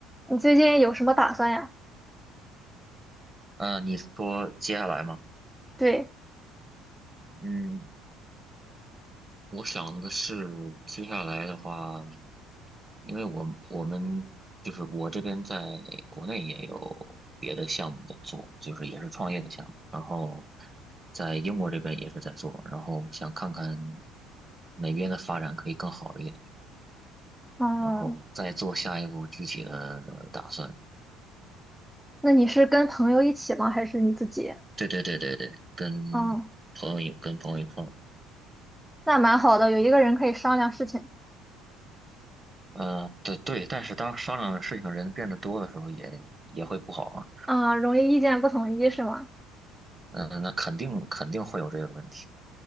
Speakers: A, in the centre; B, on the right.
A: 你最近有什么打算呀？
B: 嗯，你是说接下来吗？
A: 对，
B: 嗯，我想的是接下来的话，因为我我们就是我这边在国内也有别的项目在做，就是也是创业的项目，然后在英国这边也是在做，然后想看看哪边的发展可以更好一点，
A: 嗯，
B: 然后再做下一步具体的打算。
A: 那你是跟朋友一起吗？还是你自己？
B: 对对对对对，跟
A: 嗯，
B: 朋友一跟朋友一块儿。
A: 那蛮好的，有一个人可以商量事情。
B: 呃，对对，但是当商量的事情的人变得多的时候也，也会不好啊。
A: 啊、容易意见不统一是吗？
B: 嗯、那肯定肯定会有这个问题，